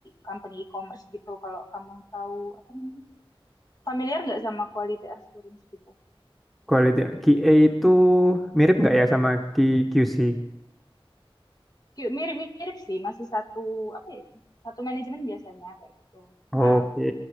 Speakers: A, on the left; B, in the centre.
A: company e-commerce gitu. Kalau kamu tahu apa namanya? Familiar nggak sama quality assurance gitu?
B: Kualitas Q A itu mirip nggak ya sama Q- QC?
A: Ki- Mirip-mirip sih, masih satu apa ya itu? Satu manajemen biasanya kayak gitu.
B: Oke.
A: Nah,